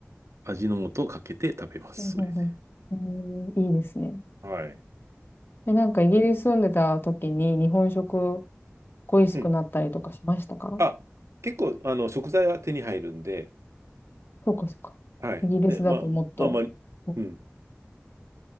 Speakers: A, on the right; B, on the left.
A: 味の素をかけて食べます、
B: うん、うん、
A: それで。
B: うん。うんいいですね。
A: はい。
B: え、なんかイギリス住んでた時に日本食恋しくなったりとかしましたか
A: うん。あ、結構、あの、食材は手に入るんで、
B: そうか、そうか。
A: はい。
B: イギリスだともっと。
A: で、まあ、まあまあ、
B: う
A: うん。